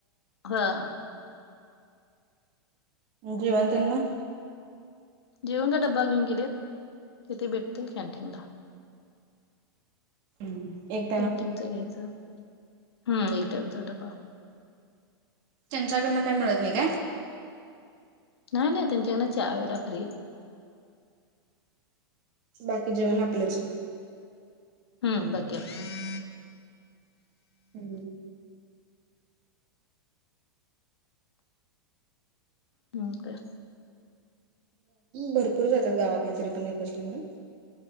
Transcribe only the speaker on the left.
हा.
जेवण काय डब्बा घेऊन गेलेत तेथे भेटतील कॅन्टीनला.
कॅन्टीनचं घ्यायचं हम्म एक टाईमचा डब्बा.
नाही नाही त्यांच्याकडंन चहा एवढा फ्री.
हम्म बाकी आपलं.
ह का.